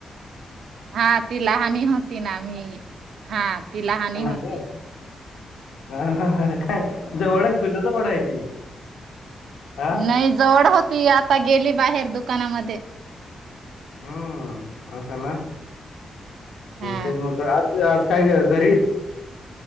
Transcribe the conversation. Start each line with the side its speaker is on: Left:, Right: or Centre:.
Right: हा ती लहानी होती ना मी हा ती लहनी
Left: लहानी
Right: होती.
Left: हा हा ह काय जवळ आहे तुझ्या जवळ आहे ती. हा
Right: नाही जवळ होती आता गेली बाहेर दुकानामध्ये
Left: हम् अससाना
Right: हा
Left: ते मत. आज काय घरी.